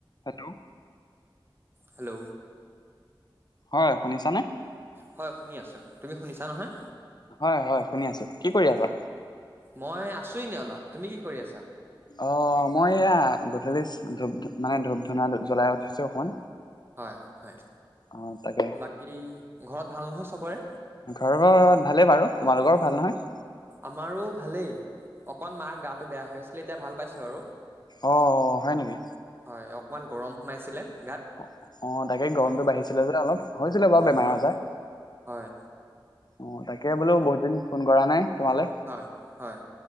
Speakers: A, on the left; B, on the right.
A: Hello.
B: Hello.
A: হয় শুনিছা নে?
B: হয়, শুনি আছোঁ। তুমি শুনিছা নহয়?
A: হয়-হয়, শুনি আছোঁ। কি কৰি আছা?
B: মই আছোঁ এনে অলপ। তুমি কি কৰি আছা?
A: অ! মই এয়া গধূলি ধূপ মানে ধূপ-ধূনা জ্বলাই উঠিছো অকমান।
B: হয়-হয়-হয়।
A: অ তাকে
B: বাকী ঘৰত ভাল নহয় চবৰে?
A: ঘৰত ভালেই বাৰু। তোমালোকৰ ভাল নহয়?
B: আমাৰো ভালেই। অকন মাৰ গাটো বেয়া হৈ আছিলে এতিয়া ভাল পাইছে বাৰু।
A: অঁ-অঁ! হয় নেকি?
B: হয়, অকমান গৰম সোমাইছিলে গাত।
A: অঁ-অঁ! তাকে গৰমটো
B: অ
A: বাঢ়িছিলে যে অলপ হৈছিলে বাৰু
B: হয়
A: বেমাৰ-আজাৰ।
B: হয় হয়।
A: অঁ! তাকে বোলো বহুত দিন ফোন কৰা নাই তোমালে।
B: হয়-হয়।